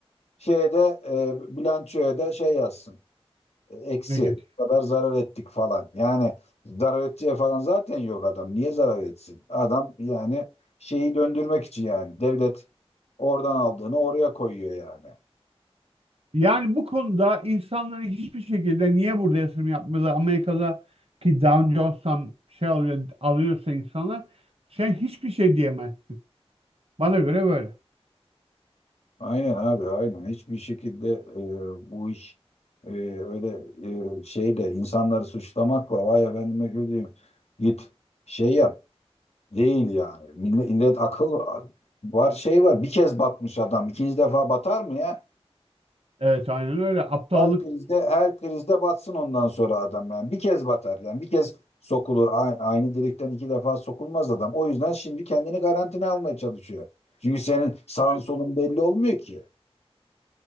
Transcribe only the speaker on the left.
Şeye de e, bilançoya da şey yazsın. E, Eksi.
Bu kadar zarar ettik falan. Yani zarar edeceği falan zaten yok adam. Niye zarar etsin? Adam yani şeyi döndürmek için yani. Devlet oradan aldığını oraya koyuyor yani.
Aynen abi aynen. Hiçbir şekilde e, bu iş e, öyle e, şeyde insanları suçlamakla vay efendime gözüyüm git şey yap değil yani. Millet, millet akıl var şey var bir kez batmış adam ikinci defa batar mı ya?
Her krizde her krizde batsın ondan sonra adam yani bir kez batar yani bir kez sokulur A- aynı delikten iki defa sokulmaz adam. O yüzden şimdi kendini garantine almaya çalışıyor. Çünkü senin sağın
solun belli olmuyor ki.